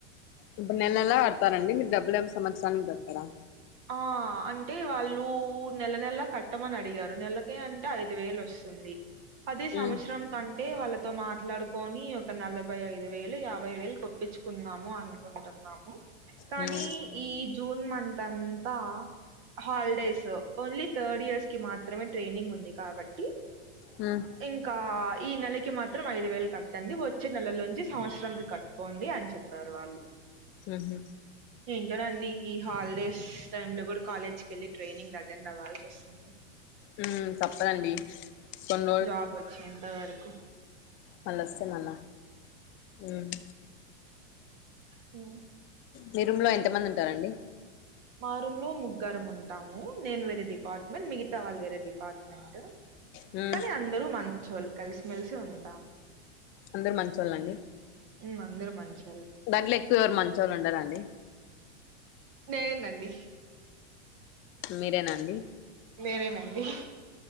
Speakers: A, on the left; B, on the right.
A: ఇప్పుడు నెల నెలా కడతారండి మీరు డబ్బులేం సంవత్సరానికి కడతారా.
B: ఆహ్ అంటే వాళ్ళు నెల నెల కట్టమని అడిగారు నెలకి అంటే ఐదు వేలు వస్తుంది. అది
A: హ్మ్
B: సంవత్సరం కంటే వాళ్ళకు. తో మాట్లాడుకొని ఒక నలభై ఐదు వేలు యాభై వేలు కొట్టించుకుందము అనుకుంటున్నాము. కానీ
A: హ్మ్
B: ఈ జూన్ మంత్ అంతా. హాలిడేస్ ఓన్లీ థర్డ్ ఇయర్స్ కి మాత్రమే ట్రైనింగ్ ఉంది కాబట్టి.
A: హ్మ్
B: ఇంకా ఈ నెల. కి మాత్రం ఐదు వేలు కట్టండి వచ్చే నెలల నుంచి సంవత్సరం కట్టుకోండి అని చెప్పారు వాళ్ళు.
A: ఊహూ
B: ఏంటోనండి ఈ హాలిడేస్. టైం లో కూడా కాలేజ్ కి వెళ్ళి ట్రైనింగ్ అటెండ్ అవ్వాల్సి వస్తుంది.
A: ఉమ్ తప్పదండి. కొన్ని
B: జాబ్ వచ్చేంత వరకు.
A: మళ్ళోస్తే మల్ల ఉమ్
B: హ
A: మీ రూమ్ లో ఎంత మంది ఉంటారండి?
B: మా రూమ్ లో ముగ్గరం ఉంటాము. నేను వేరే డిపార్ట్మెంట్, మిగతా వాళ్ళు వేరే డిపార్ట్మెంట్.
A: హ్మ్
B: కానీ అందరూ మంచోళ్ళు కలిసిమెలిసి ఉంటాం.
A: అందరు మంచివాళ్ళండి.
B: మందిరు మంచి
A: దాంట్లో ఎక్కువ ఎవరు మంచళ్ళు ఉండారా అండి?
B: నేందండి
A: మీరేనాండి
B: మెరేనండి